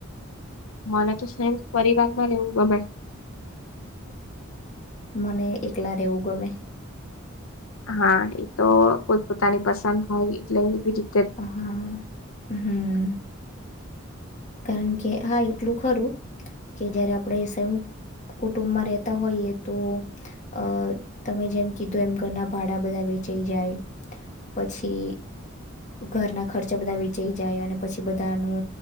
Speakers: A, on the left (about 80°); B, on the left (about 35°).
A: મને તો સેમ પરિવાર માં રહેવું ગમે.
B: મને એકલા રહેવું ગમે.
A: હા એ તો પોતપતાની પસંદ હોય એટલે બીજું
B: હા, હમ્મ. કારણ કે હા એટલું ખરું કે જયારે આપણે સંયુક્ત કુટુંબમાં રહેતા હોઈએ તો અ તમે જેમ કીધું એમ ઘરના ભાડા બધા વેચાઈ જાય પછી ઘરના ખર્ચા બધા વેચઈ જાય અને પછી બધાનું